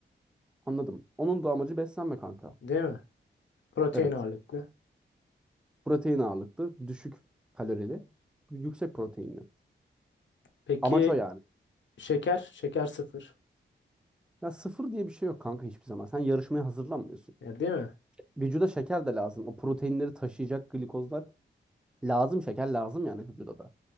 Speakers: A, in the centre; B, on the left.
A: Anladım. Onun da amacı beslenme kanka.
B: Değil mi? Protein
A: Evet.
B: ağırlıklı.
A: Protein ağırlıklı, düşük kalorili, yüksek proteinli.
B: Peki
A: Amaç o yani.
B: şeker? Şeker sıfır.
A: Ya sıfır diye bir şey yok kanka hiçbir zaman. Sen yarışmaya hazırlanmıyorsun.
B: Ya değil mi?
A: Vücuda şeker de lazım. O proteinleri taşıyacak glikozlar lazım. Şeker lazım yani vücuda da.